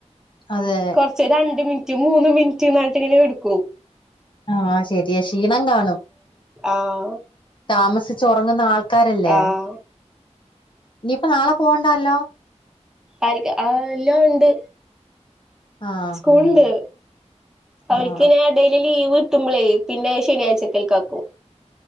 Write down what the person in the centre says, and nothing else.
കുറച്ച് രണ്ട് മിനിറ്റ് മൂന്ന് മിനിറ്റ് നെട്ട് ഇങ്ങനെ കിടുക്കും..
ആഹ..
ആഹ്
ആര്ക് ആ എല്ലാം ഉണ്ട്..
സ്കൂൾണ്ട്
അവർക്ക്നെ
ഡ.. ലീവ് കിട്ടുംമ്പളേ പിന്നെ അത് ശനി ആഴ്ചക്കൽക്കാക്കും..